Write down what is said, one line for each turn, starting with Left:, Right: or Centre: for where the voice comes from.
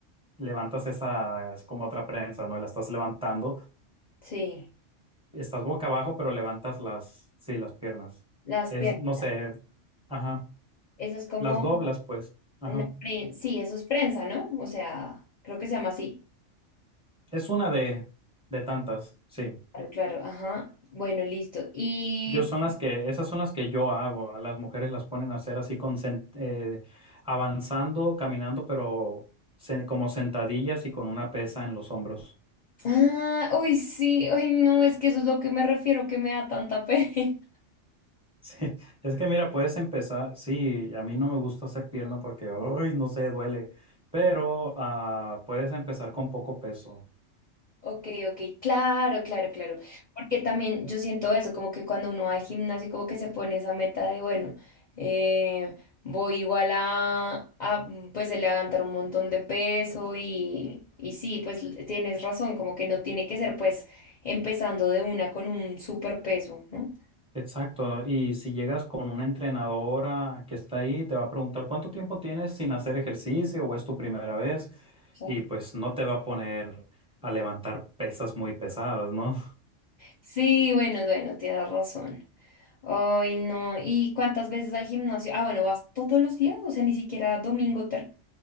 Centre: levantas esa, es como otra prensa, ¿no? La estás levantando.
Left: Sí,
Centre: Estás boca abajo, pero levantas las, sí, las piernas.
Left: las
Centre: Es,
Left: piernas.
Centre: no sé, ajá.
Left: Eso es como
Centre: Las doblas, pues. Ajá.
Left: una prensa, sí, eso es prensa, ¿no? O sea, creo que se llama así.
Centre: Es una de, de tantas, sí.
Left: Claro, claro, ajá. Bueno, listo. Y
Centre: Yo son las que, esas son las que yo hago. A las mujeres las ponen a hacer así con sen- eh, avanzando, caminando, pero se- como sentadillas y con una pesa en los hombros. <laughs>
Left: Ah, uy, sí, uy, no, es que eso es lo que me refiero, que me da tanta pena. <laughs>
Centre: Sí. Es que mira, puedes empezar. Sí, a mí no me gusta hacer pierna porque, uy, no sé, duele. Pero ah, puedes empezar con poco peso.
Left: Ok, ok, claro, claro, claro. Porque también yo siento eso, como que cuando uno va al gimnasio, como que se pone esa meta de, bueno, eh, voy igual a, a, pues, levantar un montón de peso y, y sí, pues tienes razón, como que no tiene que ser, pues, empezando de una con un super peso, ¿no?
Centre: Exacto, y si llegas con una entrenadora que está ahí, te va a preguntar cuánto tiempo tienes sin hacer ejercicio o es tu primera vez
Left: Claro.
Centre: y pues no te va a poner a levantar pesas muy pesadas, ¿no?
Left: Sí, bueno, bueno, tienes razón. Ay, no. ¿Y cuántas veces al gimnasio? Ah, bueno, ¿vas todos los días? O sea, ni siquiera domingo ter-